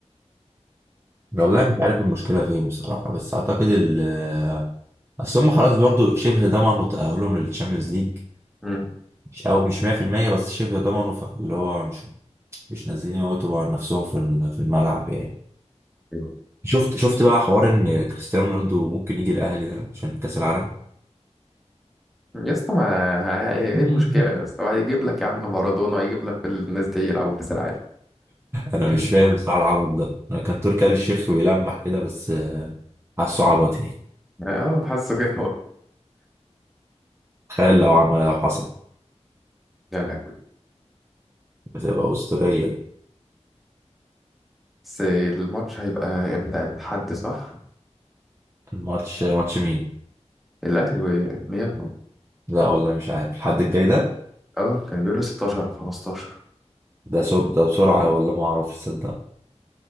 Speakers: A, on the right; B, in the centre.
A: والله مش عارف المشكله فين بصراحه بس اعتقد ال آه، اصل هم خلاص برضو شبه ضمنوا تاهلهم للشامبيونز ليج
B: مم.
A: مش او مش 100% بس شبه ضمنوا اللي هو مش مش نازلين يموتوا على نفسهم في ال- في الملعب يعني
B: ايوه
A: شفت شفت بقى حوار ان كريستيانو رونالدو ممكن يجي الاهلي ده عشان كاس العالم
B: يا اسطى ما ه- ايه
A: <laughs>
B: إيه المشكلة يا اسطى هيجيب لك يا عم مارادونا هيجيب لك كل الناس دي يلعبوا كأس العالم
A: انا
B: <laughs>
A: مش فاهم بصراحه العبط ده انا كان تركي آل الشيخ بيلمح كده بس آه، حاسه عبط يعني
B: اه حاسه كده هو
A: تخيل لو عمل لو حصل
B: لا لا كويس.
A: بتبقى اسطوريه دي.
B: بس الماتش هيبقى امتى الحد صح
A: الماتش ماتش مين
B: الاهلي وميامي
A: لا والله مش عارف الحد الجاي ده
B: اه كان بيقولوا 16 او 15
A: ده سو... ده بسرعه والله ما اعرف تصدق